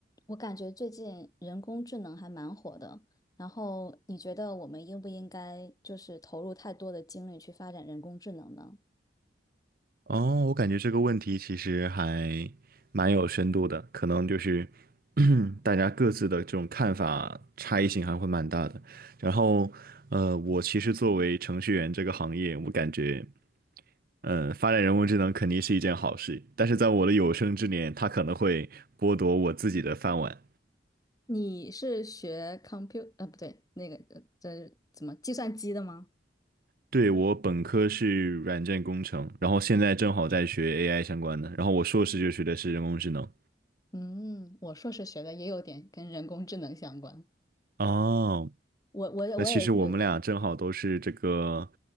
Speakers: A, on the left; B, on the right.
A: 我感觉最近人工智能还蛮火的，然后你觉得我们应不应该就是投入太多的精力去发展人工智能呢？
B: 哦，我感觉这个问题其实还蛮有深度的，可能就是 <clears throat> 大家各自的这种看法差异性还会蛮大的。然后，呃，我其实作为程序员这个行业，我感觉，呃，发展人工智能肯定是一件好事，但是在我的有生之年，它可能会剥夺我自己的饭碗。
A: 你是学 compute 呃，不对，那个呃这怎么计算机的吗？
B: 对，我本科是软件工程，然后现在正好在学 AI 相关的，然后我硕士就学的是人工智能。
A: 嗯，我硕士学的也有点跟人工智能相关。
B: 哦，
A: 我我也我也有，
B: 那其实我们俩正好都是这个，